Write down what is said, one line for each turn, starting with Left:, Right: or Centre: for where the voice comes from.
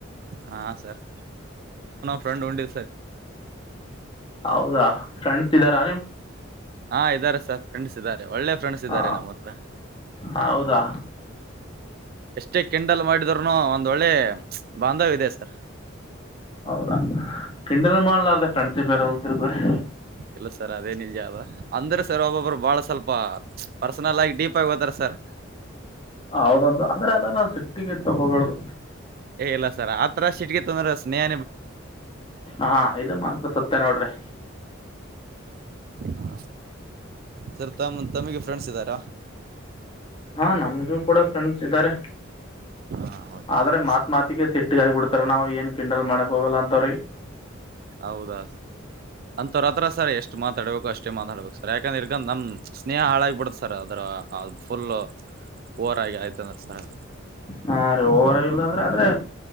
Right: ಹಾ ಸರ್ ನಾನು ನಮ್ ಫ್ರೆಂಡು ಉಂಡೆ
Left: ಹೌದಾ ಫ್ರೆಂಡ್ಸ್ ಇದ್ದಾರಾ
Right: ಹಾ ಇದರ ಸರ್ ಫ್ರೆಂಡ್ಸ್ ಇದ್ದಾರೆ ಒಳ್ಳೆ ಫ್ರೆಂಡ್ಸ್ ಇದ್ದಾರೆ
Left: ಹಾ
Right: ನಮ್ಮತ್ರ
Left: ಹೌದಾ
Right: ಎಷ್ಟೇ ಕಿಂಡಲ್ ಮಾಡಿದರೂ ಒಂದು ಬಾಂಧವ ಇದೆ ಸರ್
Left: ಹೌದಾ ಕಿಂಡಲ್ ಮಾಡಲಾರದಂತ ಫ್ರೆಂಡ್ಸ್ ಇದ್ದಾರೆ
Right: ಇಲ್ಲ ಸಾರ್ ಅದೇ ನಿಜಹಾದ ಅಂದ್ರೆ ಸರ್ ಒಬ್ಬರು ಸ್ವಲ್ಪ ಪರ್ಸನಲ್ ಆಗಿ ಡೀಪಾಗಿ ಹೋಗ್ತಾರೆ
Left: ಆದಪ್ಪ ಅಂದರು ನಾವು ಸಿಟ್ಟಿಗೆ ತಗೋಬಾರದು
Right: ಇಲ್ಲ ಸರ್ ಆತರ ಸಿಟ್ಟಿಗೆ ತೊಗೊಂಡ್ರೆ ಸ್ನೇಹ
Left: ಆ ಇದು ಮಾತ್ರ ಸತ್ಯ ನೋಡ್ರಿ
Right: ಹಾ ಸರ್ ತಮಗೆ ಫ್ರೆಂಡ್ಸ್ ಇದಾರ
Left: ಆ ನಮಗೂ ಕೂಡ ಫ್ರೆಂಡ್ಸ್ ಇದಾರೆ
Right: ಹಾ ಓಕೆ
Left: ಆದರೆ ಮಾತ್
Right: ಸರ್
Left: ಮಾತಿಗೂ ಸಿಟ್ಟಿಗ್ ಆಗ್ಬಿಡ್ತಾರೆ ನಾವು ಏನು ಕಿಂಡಲ್ ಮಾಡಕ್ ಹೋಗಲ್ಲ ಅಂತವರಿಗೆ
Right: ಹೌದಾ ಸರ್ ಅಂತೋರ್ ಹತ್ರ ಎಷ್ಟು ಮಾತಾಡಬೇಕು ಅಷ್ಟೇ ಮಾತಾಡಬೇಕು ಯಾಕಂದ್ರೆ ಸರ್ ನಮ್ಮ ಸ್ನೇಹ ಹಾಳಾಗುತ್ತೆ ಇಲ್ಲಾ ಅಂದ್ರೆ ಫುಲ್ ಓವರ್ ಆಗೈತಂದ್ರೆ <unintelligible>
Left: ಹಾ ರಿ ಆದ್ರೆ